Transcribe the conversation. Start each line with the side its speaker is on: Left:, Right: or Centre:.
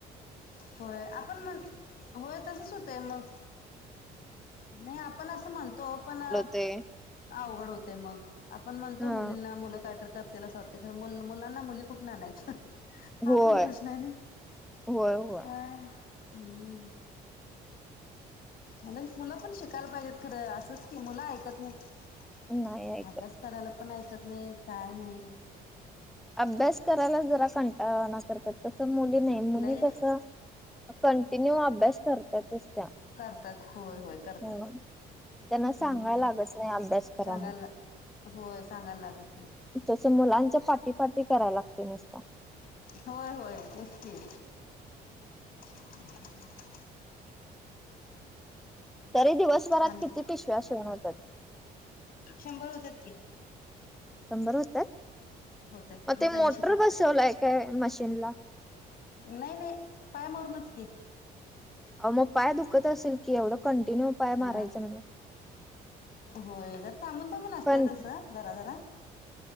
Left: होय आपण म्हण, होय तसच होतय मग. नई आपण असं म्हणतो पण
Centre: ते
Left: अवघड होतंय मग आपण म्हणतो
Centre: हा
Left: मुलींना मुलं काय तरी करत त्यालां अस वाटतं, मुलांना मुली कुठन आणायच्या? हा
Centre: होय
Left: पण प्रश्नय नई
Centre: होय होय
Left: काय हम्म मूल पण शिकायला पाहिजेत खरं असंच की मुलं ऐकत नाहीत
Centre: नाही ऐकत
Left: अभ्यास करायला पण ऐकत नई काय नई.
Centre: अभ्यास करायला जरा कंटाळाणा करतात तस मुली नई मुली
Left: लई
Centre: कस. कंटिन्यू अभ्यास करतातच त्या.
Left: करतात होय होय करतात.
Centre: ह त्यांना सांगायला
Left: हम्म
Centre: लागत नाही अभ्यास करा
Left: सांगायला,
Centre: म्हणून
Left: होय सांगायला लागत नाय.
Centre: जस मुलांच्या पाटी पाटी कराय लागते नुसता.
Left: होय होय तेच की. <unintelligible>
Centre: तरी दिवसभरात
Left: आणि
Centre: किती पिशव्या शिवून होतात?
Left: शंभर होत्यात की.
Centre: शंभर होत्यात?
Left: होत्यात
Centre: मग
Left: रोज
Centre: ते
Left: ऐंशी
Centre: मोटर
Left: पाडतोय
Centre: बसवलंय काय मशीनला?
Left: नई नई पाय मारूनच की.
Centre: अ मग पाय दुखत असेल की, एवढं कंटिन्यू. पाय
Left: अ
Centre: मारायचं म्हणलं
Left: होय जर थांबून थांबून असतय
Centre: पण
Left: तसं जरा जरा.